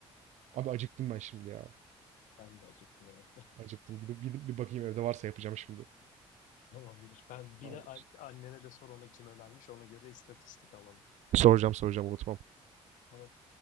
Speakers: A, on the right; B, on the left.
A: Abi acıktım ben şimdi ya.
B: ben de acıktım evet.
A: Acıktım. Gidip gidip bir bakayım evde varsa yapacağım şimdi.
B: <laughs> Tamamdır. Ben bir
A: Tamam.
B: de a- annene de sor ona kim önermiş ona göre istatistik alalım.
A: Soracağım soracağım unutmam.
B: Tamam.